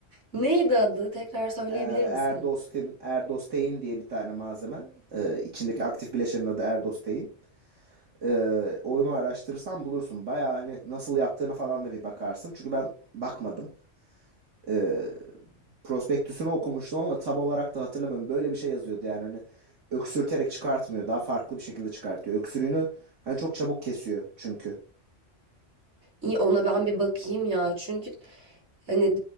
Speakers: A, on the right; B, on the right.
A: Neydi adı? Tekrar söyleyebilir
B: E,
A: misin?
B: Erdostin, Erdostein diye bir tane malzeme. E, içindeki aktif bileşenin adı Erdostein. E, onu araştırırsan bulursun. Bayağı hani nasıl yaptığını falan da bir bakarsın. Çünkü ben bakmadım. e, prospektüsünü okumuştum ama tam olarak da hatırlamıyorum. Böyle bir şey yazıyordu yani hani öksürterek çıkartmıyor. Daha farklı bir şekilde çıkartıyor. Öksürüğünü hani çok çabuk kesiyor çünkü.
A: İyi ona ben bir bakayım ya. Çünkü hani